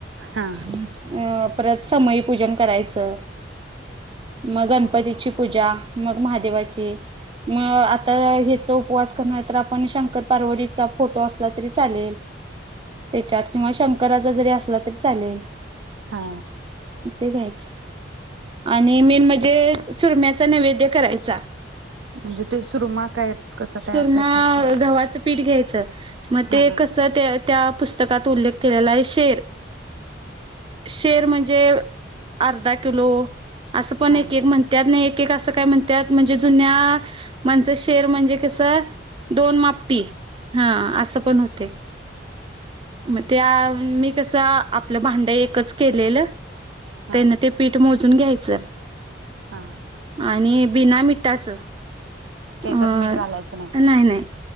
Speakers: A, on the right; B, on the right.
A: हा
B: <unintelligible> परत समई पूजन करायचं मग गणपतीची पूजा मग महादेवाची मग आता हेच उपवास <inaudible> आपण शंकर पार्वतीचा फोटो अस असला तरी चालेल त्याच्यात किंवा शंकराचा जरी असला तरी चालेल.
A: हा,
B: ते घ्यायच आणि मेन म्हणजे चुरम्याचा नैवेद्य करायचा.
A: म्हणजे ते सुरमा काय कसं तयार
B: चूरमा
A: करतात काय?
B: गव्हाचं पीठ घ्यायचं. अच्छा! मग
A: हा
B: ते
A: हा
B: कस त्या त्या पुस्तक? पुस्तकात उल्लेख केलेला आहे शेर, शेर म्हणजे अर्धा किलो असं पण
A: हा
B: एक एक म्हणत्यात नाई. ते अस का म्हणतात म्हणजे जुन्या माणसं शेर म्हणजे कस तर दोन मापटी हा असं पण होतय. म त्या मी कस आपलं भांड एकच केलेलं.
A: हा
B: तेन ते पीठ मोज भाजून घ्यायचं.
A: हा,
B: आणि बिना मिठाचं.
A: त्याच्यात
B: अ
A: मीठ घालायचं.
B: नाही, नाही